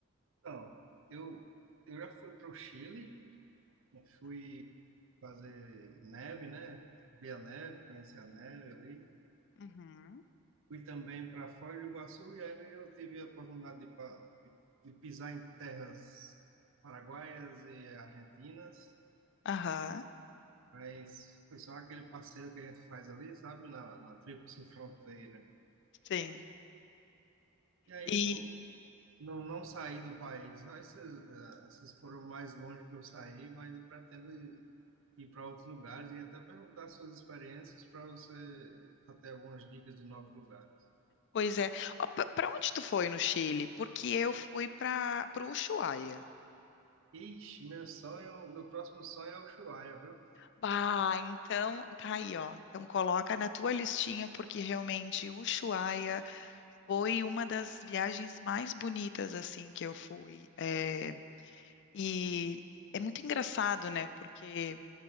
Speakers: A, on the right; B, on the left.
A: então, eu, eu já fui para o Chile, eu fui fazer neve, né? Ver a neve, conhecer a neve ali.
B: Uhum.
A: Fui também para Foz do Iguaçu e ali eu tive a oportunidade de, pa- de, de pisar em terras paraguaias e argentinas,
B: Aham,
A: mas foi só aquele passeio que a gente faz ali, sabe? Na, na Tríplice Fronteira.
B: sim.
A: E aí,
B: E,
A: Não, não saí do país. Só Essas, eh, essas foram mais longe que eu saí, mas eu pretendo ir, ir para outros lugares e até perguntar suas experiências para você pra ter algumas dicas de novos lugares.
B: pois é. Para onde tu foi no Chile? Porque eu fui para o Ushuaia.
A: Ixi, meu sonho, meu próximo sonho é o Ushuaia, viu?
B: Bah, então tá aí, ó. Então coloca na tua listinha, porque realmente o Ushuaia foi uma das viagens mais bonitas, assim, que eu fui. É, e é muito engraçado, né? Porque